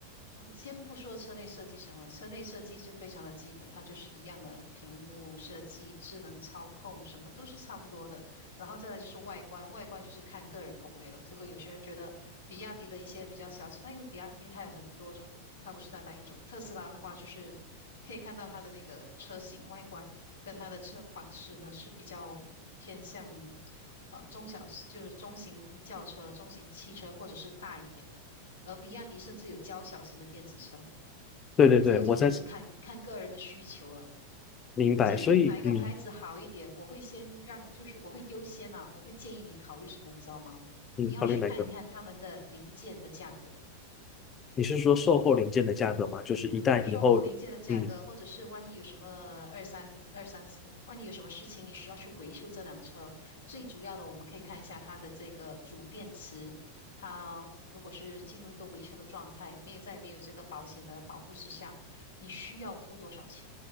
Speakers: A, on the left (about 65°); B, on the left (about 25°).
A: 我先不说车内设计什么，车内设计就非常的基本，它就是一样的屏幕设计、智能操控，什么都是差不多的。然后再来就是外观，外观就是看个人口味了。这个有些人觉得比亚迪的一些比较小巧，那因为比亚迪它有很多种，它不是单单一种。特斯拉的话，就是可以看到它的那个车型外观跟它的车款式呢是比较偏向呃中小，就是中型轿车、中型汽车或者是大一点的。而比亚迪甚至有较小型的电子车，
B: 对对对，
A: 这个真的是看看个人的需求了。
B: 我在明白。
A: 至于哪一个牌子好一点，
B: 所以，嗯
A: 我会先让，就是我会优先啊，我会建议你考虑什么，你知道吗？
B: 嗯，
A: 你要去看一看他们的零件的价格。
B: 考虑哪个？你是说售后零件的价格吗？就是一旦以后，
A: 售后零件的价格，
B: 嗯，
A: 或者是万一有什么二三二三四，万一有什么事情你需要去维修这辆车，最主要的我们可以看一下它的这个主电池，它如果是进入一个维修的状态，没有在没有这个保险的保护之下，你需要付多少钱？